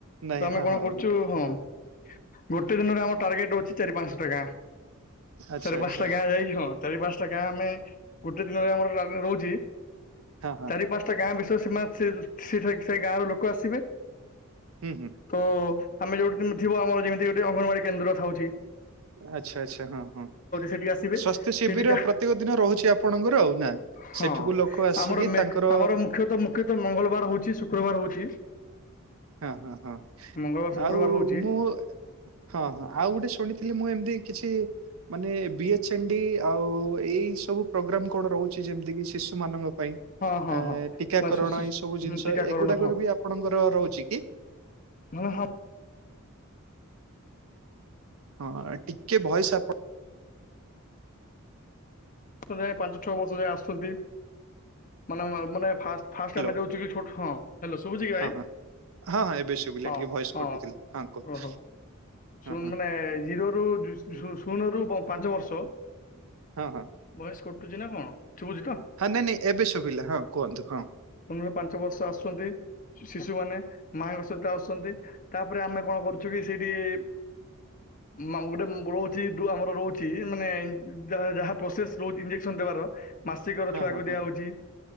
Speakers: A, on the right; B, on the left.
A: ନାଇଁ
B: ତ ଆମେ
A: ହଁ
B: କଣ
A: ହଁ
B: କରୁଚୁ ହଁ। ଗୋଟେ ଦିନରେ ଆମ ଟାର୍ଗେଟ ହଉଚି ଚାରି ପାଞ୍ଚଟା ଗାଁ
A: ଆଚ୍ଛା
B: ଚାରି
A: ଆଚ୍ଛା
B: ପାଞ୍ଚଟା ଗାଁ ଯାଇ ହଁ। ଚାରି ପାଞ୍ଚଟା ଗାଁ ଆମେ ଗୋଟେ ଦିନରେ ଆମର <unintelligible> ରହୁଚି
A: ହଁ ହଁ
B: ଚାରି ପାଞ୍ଚ୍ ଟା ଗାଁ ବିଷୟରେ ସେମା ସେ ସେଠ ସେଇ ଗାଁର ଲୋକ ଆସିବେ।
A: ହୁଁ ହୁଁ!
B: ତ ଆମେ ଯୋଉଠି ମୁ ଥିବ ଆମର ଯେମିତି ଗୋଟେ ଅଙ୍ଗନବାଡି କେନ୍ଦ୍ର କଥା ହଉଚି।
A: ଆଚ୍ଛା ଆଚ୍ଛା ହଁ ହଁ
B: ସେଠିକି ଆସିବେ
A: ସ୍ୱାସ୍ଥ୍ୟ ଶିବିର
B: ସେଇଠି ଯାହା
A: ପ୍ରତ୍ୟେକ ଦିନ ରହୁଛି ଆପଣଙ୍କର ଆଉ ନା।
B: ହଁ
A: ସେଠିକୁ ଲୋକ ଆସିକି
B: ଆମର ମେ
A: ତାଙ୍କର
B: ଆମର ମୁଖ୍ୟତଃ ମୁଖ୍ୟତଃ ମଙ୍ଗଳବାର ହଉଚି ଶୁକ୍ରବାର ହଉଚି।
A: ହଁ ହଁ ହଁ
B: ମଙ୍ଗଳବାର ଶୁକ୍ରବାର
A: ଆଉ
B: ହଉଛି
A: ମୁଁ- ହଁ ହଁ ଆଉ ଗୋଟେ ଶୁଣିଥିଲି ମୁଁ ଏମ୍ତି କିଛି- ମାନେ ବି ଏଚ ଏନ୍ ଡି ଆଉ ଏଇ ସବୁ ପୋଗ୍ରାମ କଣ ରହୁଛି ଯେମ୍ତି କି ଶିଶୁମାନଙ୍କ ପାଇଁ।
B: ହଁ ହଁ
A: ଏ
B: ହଁ
A: ଟିକାକରଣ
B: ବା
A: ଏଇ ସବୁ ଜିନ୍ଷ
B: ଟିକାକରଣ
A: ଏଗୁଡାକ ବି ଆପଣଙ୍କର ରହୁଚି।
B: ହଁ ହଁ!
A: ହଁ ଟିକେ ଭଏସ ଆପ-
B: <unintelligible> ପାଞ୍ଚ ଛଅ ବର୍ଷ ଯାଏ ଆସୁଚନ୍ତି ମାନେ ମାନେ ଫା- ଫାଷ୍ଟ
A: ହ୍ୟାଲୋ
B: ଆମେ ଦଉ ଟିକେ ଛୋଟ ହଁ। ହ୍ୟାଲୋ ଶୁଭୁଚି କି
A: ହଁ
B: ଭାଇ
A: ହଁ ହଁ ହଁ ଏବେ ଶୁଭିଲା
B: ହଁ
A: ଟିକେ ଭଏସ କଟୁଥିଲା
B: ହଁ
A: କୁହନ୍ତୁ
B: ଓହୋ। ଶୁନ୍
A: ହଁ ହଁ
B: ମାନେ ଜିରୋରୁୁ ଉଁ ଶୁ ଶୁନରୁ ପ ପାଞ୍ଚ ବର୍ଷ।
A: ହଁ ହଁ।
B: ଭଏସ କଟୁଚି ନା କଣ ଶୁଭୁଚି ତ?
A: ହଁ ନାଇଁ ନାଇଁ ଏବେ ଶୁଭିଲା ହଁ କୁହନ୍ତୁ ହଁ।
B: ଶୁନ୍ ରୁ ପାଞ୍ଚ ବର୍ଷ ଆସୁଚନ୍ତି। ଶିଶୁମାନେ ମାଙ୍କ ସହିତ ଆସୁଚନ୍ତି ତାପରେ ଆମେ କଣ କରୁଚୁ କି ସେଇଠି- ମ ଉଁ ଗୋଟେ ରହୁଚି ଆମର ରହୁଚି ମାନେ ଯାହା ଯାହା ପ୍ରୋସେସ୍ ରହୁଚି ଇଞ୍ଜେକ୍ସନ ଦେବାର- ମାସିକ ର
A: ହଁ
B: ଛୁଆକୁ
A: ହଁ ହଁ
B: ଦିଆହଉଚି